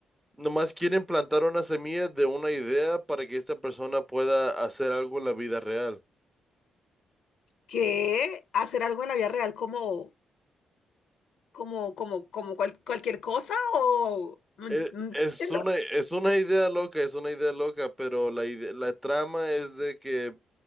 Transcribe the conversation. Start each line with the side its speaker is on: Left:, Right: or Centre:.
Centre: nomás quieren plantar una semilla de una idea para que esta persona pueda hacer algo en la vida real.
Left: Que hacer algo en la vida real como como, como, como cual- cualquier cosa o no
Centre: E-
Left: en- no
Centre: Es,
Left: entiendo.
Centre: una, es una idea loca, es una idea loca, pero la, ide- la trama es de que